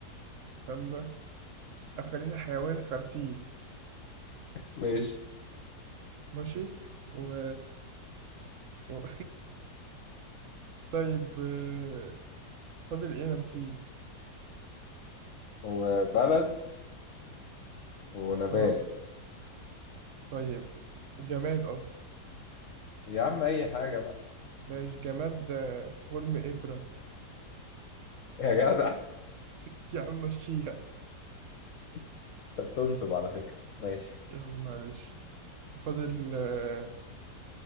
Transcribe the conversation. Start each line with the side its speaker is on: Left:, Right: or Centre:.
Right: استنى آه، خلينا حيوان خرتيت
Left: ماشي
Right: ماشي و... و... طيب آه، فاضل ايه انا نسيت
Left: وبلد ونبات
Right: اه طيب جماد قصدي
Left: يا عم اي حاجة بقى
Right: ماشي جماد آه، خرم إبرة
Left: <laughs> يا جدع
Right: <laughs> يا عم مشيها
Left: انت بتنصب على فكرة ماشي
Right: يلا معلش فاضل آه،